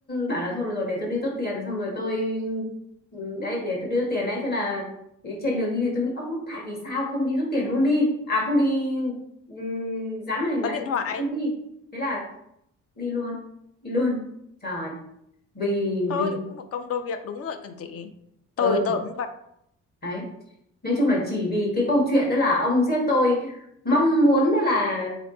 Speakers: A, on the left; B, on the left.
A: bảo là thôi được rồi để tôi đi tốt tiền xong rồi tôi ừ, đấy để tôi đi rút tiền đấy thế là thì trên đường đi thì tôi nghĩ ô tại vì sao không đi rút tiền luôn đi à không đi um, dán màn hình
B: Tắt
A: lại
B: điện thoại.
A: luôn đi thế là đi luôn đi luôn trời vì
B: Thôi
A: vì
B: thì cũng một công đôi việc đúng rồi cần chị. Tôi
A: ừ
B: tôi cũng vậy.
A: đấy nói chung là chỉ vì cái câu chuyện đó là ông sếp tôi mong muốn đó là